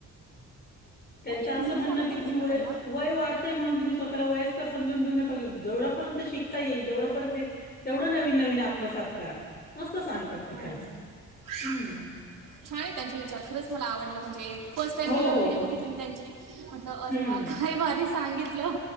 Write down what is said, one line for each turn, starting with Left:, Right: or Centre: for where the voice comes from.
Left: त्यांच
Right: नाही
Left: असं
Right: तुम्ही
Left: म्हणणं
Right: फॉलो
Left: की
Right: करतात
Left: तुम्ही
Right: का
Left: वय
Right: त्यांना
Left: वय वाढ म्हणून तुम्ही स्वतःला वयस्कर समजून घेऊ नका जेवढपर्ंत शिकता येईल जवढापर्यंत तेवढं नवीन नवीन आत्मसात करा मस्त सांगतात. ते
Right: हो.
Left: खरंच.
Right: छान
Left: हं.
Right: आहे त्यांचे विचार खरंच मला आवडलं म्हणजे फर्स्ट टाइम
Left: हो,
Right: मी जेव्हा
Left: हो,
Right: व्हिडिओ
Left: हो.
Right: बघितली त्यांची म्हटलं अरे
Left: हं.
Right: वा! काय भारी सांगितल.